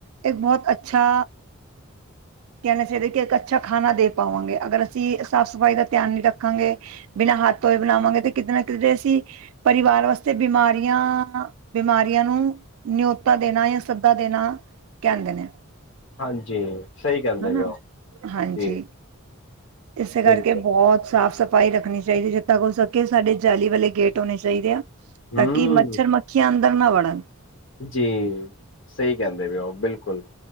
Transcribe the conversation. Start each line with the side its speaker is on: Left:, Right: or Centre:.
Right: ਇੱਕ ਬਹੁਤ ਅੱਛਾ ਕਹਿਣਾ ਚਾਹੀਦਾ ਕਿ ਇੱਕ ਅੱਛਾ ਖਾਣਾ ਦੇ ਪਾਵਾਂਗੇ, ਅਗਰ ਅਸੀਂ ਸਾਫ਼ ਸਫ਼ਾਈ ਦਾ, ਧਿਆਨ ਨਹੀਂ ਰੱਖਾਂਗੇ ਬਿਨਾਂ ਹੱਥ ਧੋਏ ਬਣਾਵਾਂਗੇ ਤੇ, ਕਿਤੇ ਨਾ ਕਿਤੇ ਅਸੀਂ ਪਰਿਵਾਰ ਵਾਸਤੇ ਬਿਮਾਰ ਨਵੀਆਂ ਬਿਮਾਰੀਆਂ ਨੂੰ, ਨਿਉਤਾ ਦੇਣਾ ਜਾਂ ਸੱਦਾ ਦੇਣਾ ਕਹਿੰਦੇ ਨੇ,
Left: ਹਾਂਜੀ, ਸਹੀ ਕਹਿੰਦੇ
Right: ਹਨਾ
Left: ਪਏ ਉਹ
Right: ਹਾਂਜੀ
Left: ਜੀ।
Right: ਇਸੇ ਕਰਕੇ,
Left: ਬਿਲਕੁਲ
Right: ਬਹੁਤ ਸਾਫ਼ ਸਫ਼ਾਈ ਸਫਾਈ ਰੱਖਣੀ ਚਾਹੀਦੀ, ਜੱਦ ਤੱਕ ਹੋ ਸਕੇ ਸਾਡੇ ਜਾਲੀ ਵਾਲੇ ਗੇਟ, ਹੋਣੇ ਚਾਹੀਦੇ ਆ ਤਾਂ
Left: ਹਮ
Right: ਕਿ, ਮੱਛਰ ਮੱਖੀਆਂ ਅੰਦਰ ਨਾ ਵੜਨ।
Left: ਜੀ, ਸਹੀ ਕਹਿੰਦੇ ਪਏ ਹੋ, ਬਿਲਕੁਲ